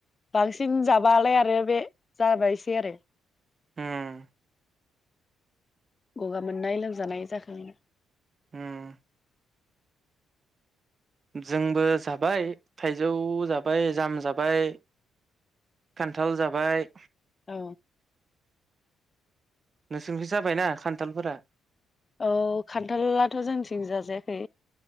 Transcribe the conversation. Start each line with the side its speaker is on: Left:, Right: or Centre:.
Left: बांसिन जाबालाय आरो बे जाबायसै आरो।
Right: उम
Left: गगा मोननाय लोमजानाय जाखगोन।
Right: हुम। जोंबो जाबाय। थाइजौ जाबाय, जाम जाबाय खान्थाल जाबाय
Left: औ
Right: नोंसोरनिखै जाबायना खान्थालफोरा?
Left: औ खान्थालाथ' जोंथिं जाजायाखै।